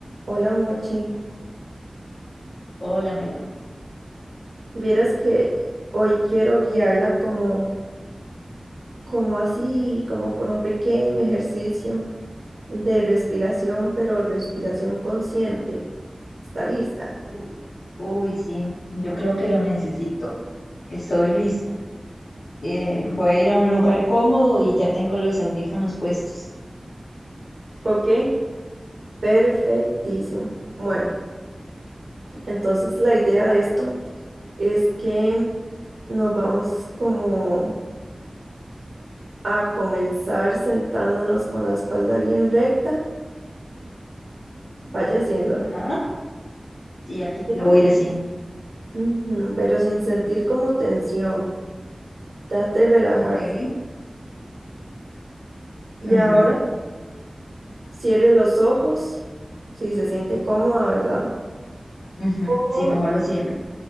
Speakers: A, on the right (about 80°); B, on the left (about 80°).
A: Hola Mochi,
B: Hola, Mela.
A: vieras que hoy quiero guiarla como, como así, como por un pequeño ejercicio de respiración, pero respiración consciente. ¿Está lista?
B: U- Uy, sí, yo creo que lo necesito. Estoy lista. Eh, voy a ir a un lugar cómodo y ya tengo los audífonos puestos.
A: Ok, perfectísimo. Bueno, entonces la idea de esto es que nos vamos como a comenzar sentándonos con la espalda bien recta, vaya haciéndolo,
B: Ajá. Sí, aquí
A: pero,
B: lo voy a ir haciendo.
A: ujú, pero sin sentir como tensión. Trate de relajarse.
B: Ok.
A: Y
B: Ujú,
A: ahora cierre los ojos, si se siente cómoda, ¿verdad?
B: ujú.
A: O,
B: Sí, mejor lo cierro.